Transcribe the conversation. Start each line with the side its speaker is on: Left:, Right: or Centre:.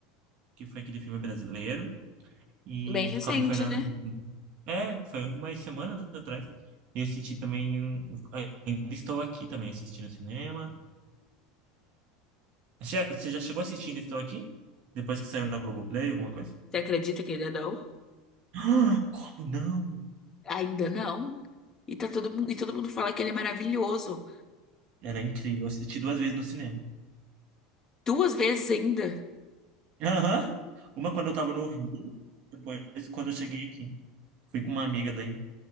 Right: que foi aquele filme brasileiro, e
Left: Bem recente,
Right: com a Fernanda.
Left: né?
Right: Montenegro. É, foi umas semanas atrás. E assisti também. um- Ainda Estou Aqui também, assisti no cinema. Você já você já chegou assistindo Estou Aqui? Depois que saiu na Globoplay, alguma coisa?
Left: Você acredita que ele é da U?
Right: Ah, como não?
Left: Ainda não. E tá todo mundo, e todo mundo fala que ele é maravilhoso.
Right: Ela é incrível. Eu assisti duas vezes no cinema.
Left: Duas vezes ainda.
Right: Aham. Uma quando eu tava no Rio, depois quando eu cheguei aqui. Fui com uma amiga daí.